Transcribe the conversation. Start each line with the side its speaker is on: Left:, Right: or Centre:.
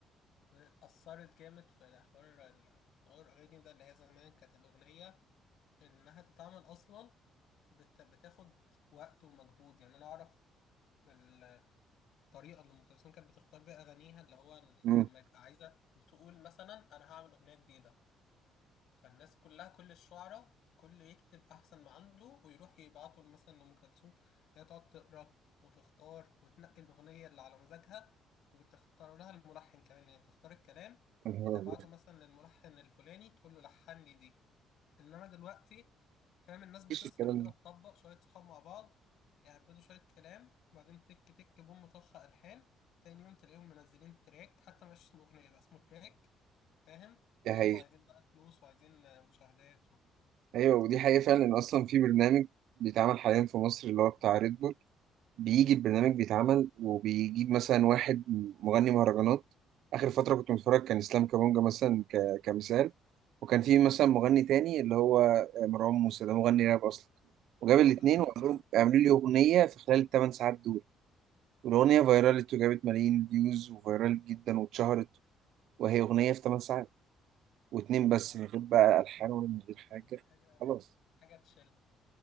Left: أثرت جامد في حوار ال- تغير الأغاني ده اللي هي زمان كانت الأغنية انها تتعمل اصلا بت... بتاخد وقت ومجهود يعني انا اعرف الطريقه اللي ام كلثوم كانت بتختار بيها اغانيها اللي هو لما
Right: امم
Left: يبقى عايزه بتقول مثلا انا هعمل اغنيه جديده فالناس كلها كل الشعراء كل يكتب احسن ما عنده ويروح يبعته مثلا لأم كلثوم هي تقعد تقرا وتختار وتنقي الاغنيه اللي على مزاجها وتختار لها الملحن كمان يعني تختار الكلام
Right: يا نهار
Left: وتبعته
Right: أبيض.
Left: مثلا للملحن الفلاني تقول له لحن لي دي انما دلوقتي فاهم الناس بتسهر
Right: مفيش الكلام
Left: كده
Right: ده
Left: تطبق شويه صحاب مع بعض يهبدوا شويه كلام وبعدين تك تك بوم طخ الحان تاني يوم تلاقيهم منزلين تراك حتى مش اسمه اغنيه بقى اسمه تراك فاهم ويلا
Right: دي حقيقه
Left: عايزين بقى فلوس وعايزين مشاهدات و...
Right: ايوه ودي حقيقه فعلا ان اصلا في برنامج بيتعمل حاليا في مصر اللي هو بتاع ريد بول، بيجي البرنامج بيتعمل وبيجيب مثلا واحد مغني مهرجانات آخر فترة كنت متفرج كان إسلام كابونجا مثلا ك... كمثال وكان في مثلا مغني تاني اللي هو آه، مروان موسى ده مغني راب أصلا وجاب الاتنين
Left: أنا عارف
Right: وقال
Left: أهو.
Right: لهم اعملوا لي أغنية في خلال الثمان ساعات دول والأغنية فيرالت وجابت ملايين فيوز وفيرالت جدا واتشهرت وهي أغنية في ثمان ساعات واتنين
Left: لا
Right: بس من غير بقى
Left: لا
Right: ألحان
Left: لا
Right: ولا من
Left: لا،
Right: غير
Left: بجد
Right: حاجة
Left: حاجة
Right: خلاص
Left: حاجة تشل